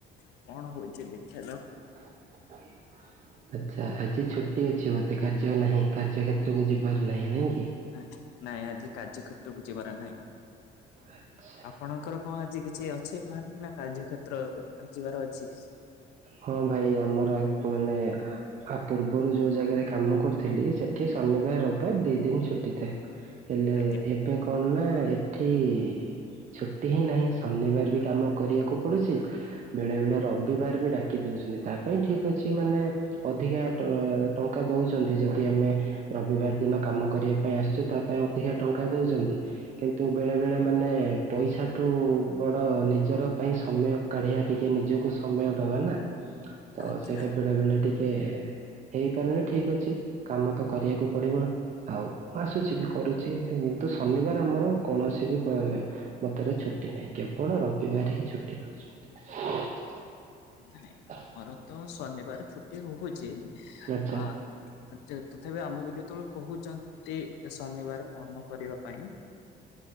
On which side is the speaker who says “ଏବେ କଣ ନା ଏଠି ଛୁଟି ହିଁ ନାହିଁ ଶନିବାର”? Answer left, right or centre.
Right